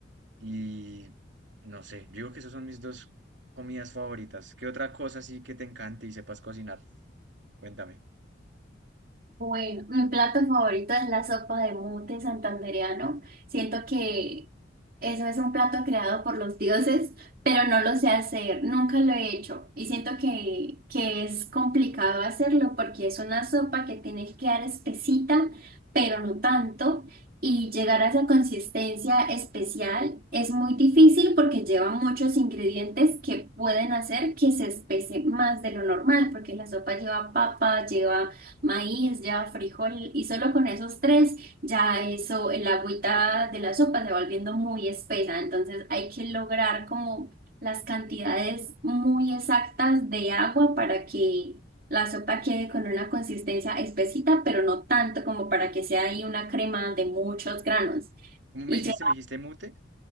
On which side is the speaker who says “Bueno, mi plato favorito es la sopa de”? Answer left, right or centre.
Right